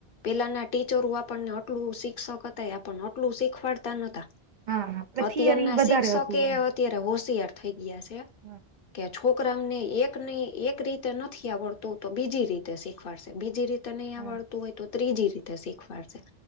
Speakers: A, on the left; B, on the right.
A: પેલાના ટીચર આપણને આટલું શિક્ષક હતા એ આપણને આટલું શીખવાડતા નતા.
B: હા આપડે
A: અત્યારના
B: થિયરી વધારે
A: શિક્ષકે
B: હતું એમ
A: એ અત્યારે હોશિયાર થઇ ગયા છે.
B: હા
A: કે છોકરામને એક ન એક રીતે નથી આવડતું તો બીજી રીતે શીખવાડશે બીજી રીતે. તને અહીં
B: હા
A: વળતું હોય તો ત્રીજી રીતે શીખવાડશે.